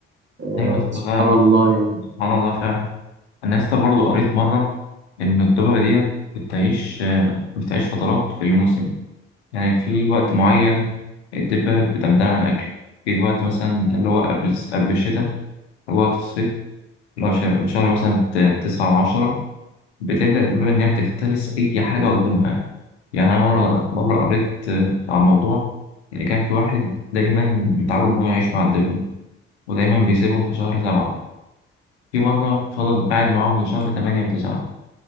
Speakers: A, on the right; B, on the left.
A: آه
B: أيوة أصل
A: سبحان الله
B: ده
A: يعني
B: سبحان الله فعلا انا لسه برضو قريت مره ان الدببه ديت بتعيش آه، بتعيش فترات في الموسم يعني في وقت معين الدبه بتمتنع عن الاكل في وقت مثلا اللي هو قبل قبل الشتاء اللي هو وقت الصيف اللي هو ش- من شهر مثلا ت- تسعة وعشرة بتبدأ الدببة إن هي تفترس أي حاجة قدامها يعني أنا مرة مرة قريت آه، عن موضوع إن كان في واحد دايما متعود إن هو يعيش مع الدببة ودايما بيسيبهم في شهر سبعة في مرة فضل قاعد معاهم لشهر تمانية وتسعة